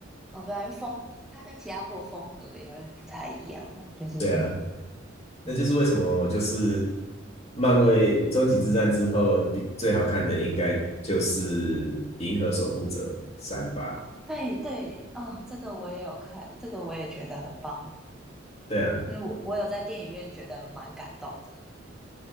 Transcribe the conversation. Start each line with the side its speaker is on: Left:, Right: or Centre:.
Centre: 哦，对啊，因为风它跟其他部的风格也会不太一样吧就是
Left: 对啊，
Centre: <laughs>
Left: 那就是为什么我就是
Centre: 嗯，
Left: 漫威终极之战之后比最好看的应该就是《银河守护者三》吧。
Centre: 哦，对对，哦，这个我也有看，这个我也觉得很棒，
Left: 对啊，
Centre: 因为我我有在电影院觉得蛮感动的，